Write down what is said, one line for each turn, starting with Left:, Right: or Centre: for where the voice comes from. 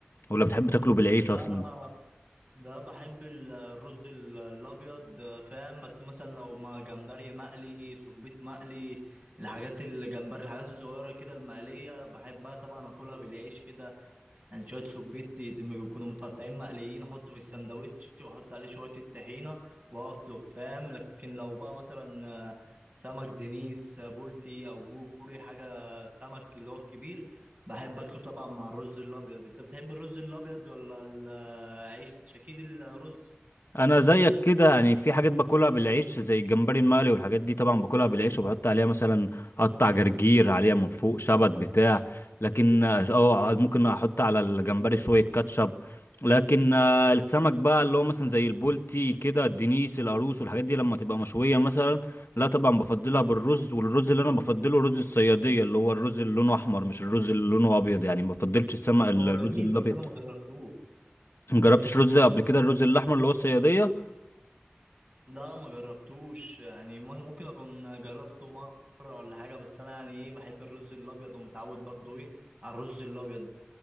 Left: ولا بتحب تاكله بالعيش
Right: ده
Left: اصلا
Right: انا ده بحب ال- الرز ال- الابيض آه، فاهم بس مثلا لو ما جمبري مقلي سبيت مقلي الحاجات الجمبري الحاجات الصغيره كده المقليه بحبها طبعا اكلها بالعيش كده يعني شويه سبيت يتم- يكونوا متقطعين مقليين احطه في الساندوتش واحط عليه شويه الطحينه واكله فاهم لكن لو بقى مثلا آه، سمك دنيس آه، بولتي او بوري حاجه سمك اللي هو الكبير بحب اكله طبعا مع الرز الابيض انت بتحب الرز الابيض ولا العيش اكيد الرز
Left: انا زيك كده يعني في حاجات باكلها بالعيش زي الجمبري المقلي والحاجات دي طبعا باكلها بالعيش وبحط عليها مثلا قطع جرجير عليها من فوق شبت بتاع لكن اه ممكن احط على الجمبري شوية كاتشب لكن آه، السمك بقى اللي هو مثلا زي البولتي كده الدنيس القاروص والحاجات دي لما تبقى مشوية مثلا لا طبعا بفضلها بالرز والرز اللي انا بفضله رز الصيادية اللي هو الرز اللي لونه احمر مش الرز اللي لونه ابيض يعني ما بفضلش السمك الرز
Right: هو جميل
Left: الابيض
Right: بس انا ما جربتوش
Left: مجربتش رز قبل كده الرز الاحمر اللي هو الصيادية
Right: لا ما جربتوش يعني م- ممكن اكون جربته مره ولا حاجه بس انا يعني ايه بحب الرز الابيض ومتعود برضو ايه على الرز الابيض